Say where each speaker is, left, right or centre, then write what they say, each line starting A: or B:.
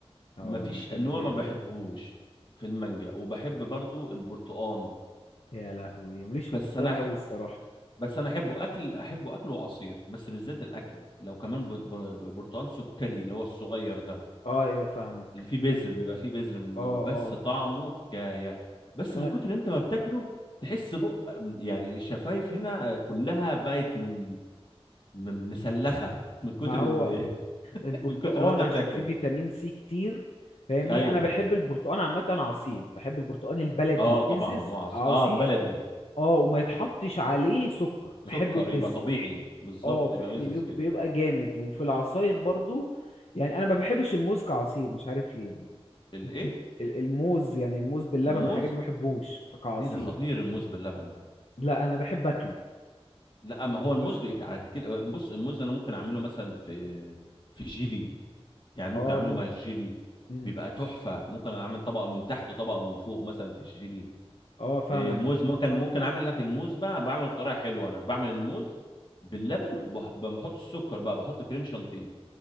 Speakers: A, on the left (about 75°); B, on the left (about 50°).
A: اه
B: مفيش
A: ده جمدان
B: نوع ما بحبهوش
A: ده
B: في المانجا وبحب برضو البرتقال
A: يا لهوي ماليش في البرتقال
B: بس انا ح...
A: قوي الصراحه
B: بس انا احبه اكل احبه اكل وعصير بس بالذات الاكل لو كمان ب... ب... ب- برتقال سكري اللي هو الصغير ده
A: اه ايوه فاهمك
B: اللي فيه بذر بيبقى فيه بذر من
A: اه
B: جوه بس
A: اه
B: طعمه حكايه بس
A: انا
B: من كتر انت ما بتاكله تحس بق يعني الشفايف هنا كلها بقت من... من مسلخه من كتر
A: ما هو
B: ال... <laughs>
A: البرتقال
B: من كتر ما انت
A: عشان
B: بتاكل
A: فيه فيتامين سي كتير فاهمني
B: ايوه
A: انا بحب البرتقال عامه عصير بحب البرتقال البلدي
B: اه طبعا
A: المزز
B: هو عصير
A: عصير
B: اه البلدي
A: اه وما يتحطش عليه سكر
B: سكر
A: بحبه
B: يبقى
A: مز
B: طبيعي بالظبط
A: اه فاهمني
B: يبقى مزز
A: بيب-
B: كده
A: بيبقى جامد وفي العصاير برضو يعني انا ما بحبش الموز كعصير مش عارف ليه
B: الايه
A: <laughs> ال- الموز يعني الموز باللبن
B: الموز
A: والحاجات دي ما بحبوش فكعصير
B: ليه ده خطير الموز باللبن
A: لا انا بحب اكله
B: لا ما
A: ما
B: هو
A: يبقاش-
B: الموز بي- على كتير أوي. بص الموز انا ممكن اعمله مثلا في في جيلي يعني ممكن
A: اه
B: اعمله
A: ممكن
B: مع الجيلي
A: مم.
B: بيبقى تحفه ممكن اعمل طبقه من تحت وطبقه من فوق مثلا في الجيلي
A: اه فاهمك
B: إيه، الموز ممكن ممكن اعمل لك الموز بقى بعمله بطريقه حلوه انا بعمل الموز باللبن وبحط السكر بقى بحط كريم شانتيه